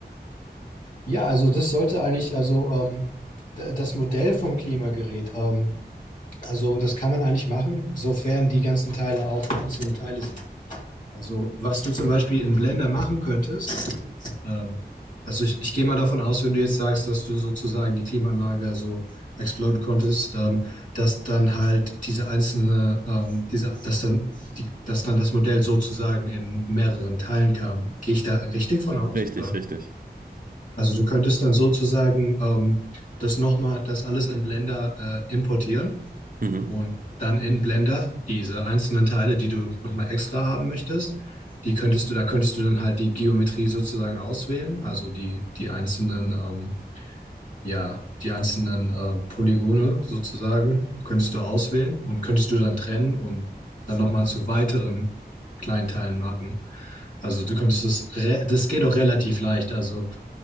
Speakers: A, on the left; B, on the right.
A: Ja, also das sollte eigentlich, also ähm, d- das Modell vom Klimagerät, ähm, also das kann man eigentlich machen, sofern die ganzen Teile auch einzelne Teile sind. Also, was du zum Beispiel in Blender machen könntest, ähm, also ich, ich gehe mal davon aus, wenn du jetzt sagst, dass du sozusagen die Klimaanlage so exploden konntest, ähm, dass dann halt diese einzelne, ähm, diese, dass dann die, dass dann das Modell sozusagen in mehreren Teilen kam. Gehe ich da richtig von aus,
B: Richtig,
A: oder?
B: richtig.
A: Also du könntest dann sozusagen ähm, das nochmal, das alles in Blender äh, importieren
B: Mhm.
A: und dann in Blender diese einzelnen Teile, die du nochmal extra haben möchtest, die könntest du, da könntest du dann halt die Geometrie sozusagen auswählen, also die, die einzelnen ähm, ja, die einzelnen äh, Polygone sozusagen könntest du auswählen und könntest du dann trennen und dann nochmal zu weiteren Kleinteilen machen. Also du könntest das, re- das geht auch relativ leicht. Also,